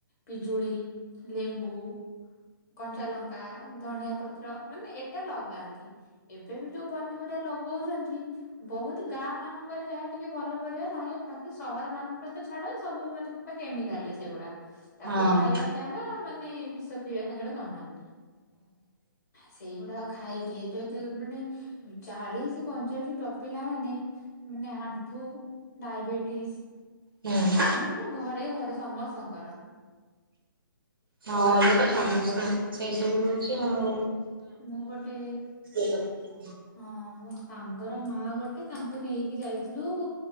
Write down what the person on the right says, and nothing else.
ହଁ ହୁଁ
ହୁଁ।
ହଁ ଏବେ ତ ସମସ୍ତେ ସେଇ ସବୁ ହଉଛି ଆଉ
<unintelligible>